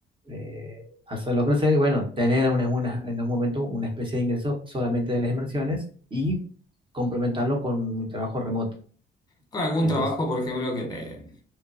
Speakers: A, on the right; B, on the left.
A: eh, hacerlo crecer y bueno, tener una- una- en un momento una especie de ingreso solamente de las inversiones y complementarlo con mi trabajo remoto.
B: Con algún
A: Entonces,
B: trabajo, por ejemplo, que te